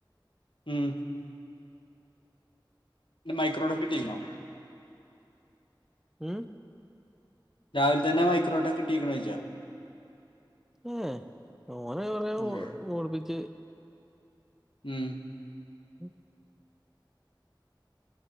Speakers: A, on the left; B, in the centre.
A: ഉം മൈക്രോഡൊ കിട്ടിയിരുന്നോ
B: ഉം
A: രാവിലെ തന്നെ മൈക്രോടെക്കിട്ടീക്കണോയ്ച്ചാ
B: ഏഹ് ഓനെ കൊറെ
A: ഉം
B: ഓടിപ്പിച്ച്
A: ഉം
B: ഉം